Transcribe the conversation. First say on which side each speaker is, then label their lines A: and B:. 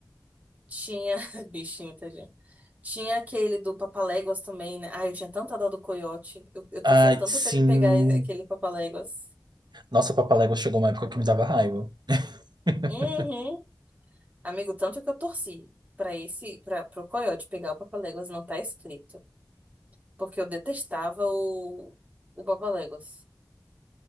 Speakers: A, on the right; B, on the right.
A: Tinha, <laughs> bichinho, tadinho. Tinha aquele do Papaléguas também, né? Ai, eu tinha tanta dó do coiote. Eu, eu torcia
B: Ai,
A: tanto
B: sim.
A: pra ele pegar aquele Papaléguas.
B: Nossa, Papaléguas chegou uma época que me dava raiva. <laughs>
A: Uhum. Amigo, tanto que eu torci pra esse, para pro coiote pegar o Papaléguas, não tá escrito. Porque eu detestava o, o Papaléguas.